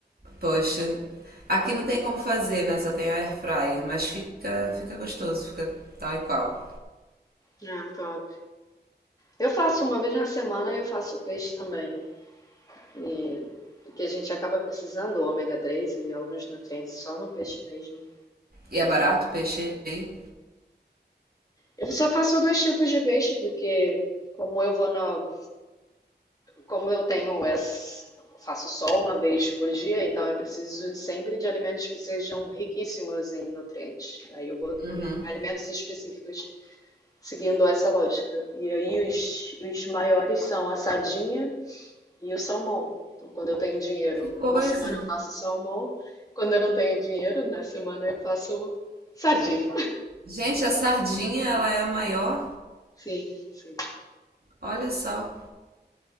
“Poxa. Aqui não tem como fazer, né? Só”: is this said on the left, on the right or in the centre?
Right